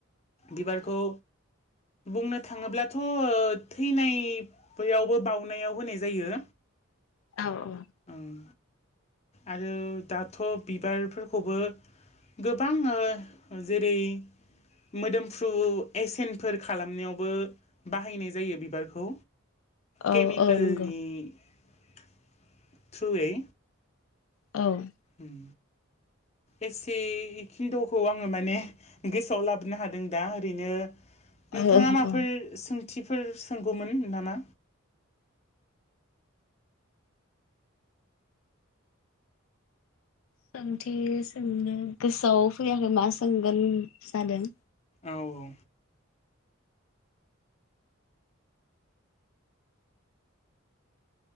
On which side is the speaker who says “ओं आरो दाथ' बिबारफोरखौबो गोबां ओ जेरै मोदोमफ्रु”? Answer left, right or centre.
Left